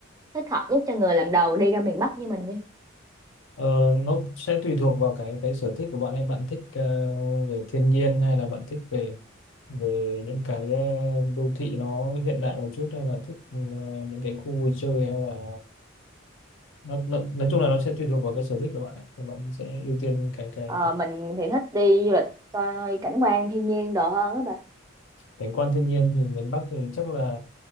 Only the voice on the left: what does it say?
Ờ, nó sẽ tùy thuộc vào cái cái sở thích của bạn ấy bạn thích ờ, về thiên nhiên hay là bạn thích về về những cái ờ, đô thị nó hiện đại một chút hay là thích ờ, những cái khu vui chơi hay là nó, nó nói chung là nó sẽ tùy thuộc vào cái sở thích của bạn ấy. thì bạn sẽ ưu tiên cái cái
cảnh quan thiên nhiên thì miền Bắc thì chắc là